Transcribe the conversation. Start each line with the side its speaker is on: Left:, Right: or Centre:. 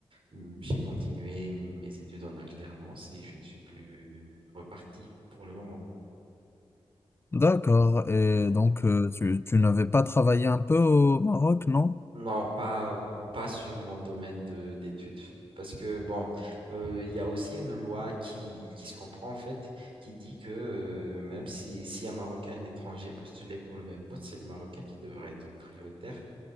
Right: Mm, J'ai continué mes études en alternance et je ne suis plus reparti pour le moment.
Left: d'accord. Et
Right: Ouais.
Left: donc, euh, tu, tu n'avais pas travaillé un peu au Maroc, non?
Right: Non, pas, pas sur mon domaine de- d'études. Parce que, bon, euh, il y a aussi une loi qui, qui se comprend, en fait, qui dit que euh, même si, si un Marocain et un étranger postulait pour le même poste, c'est le Marocain qui devrait être prioritaire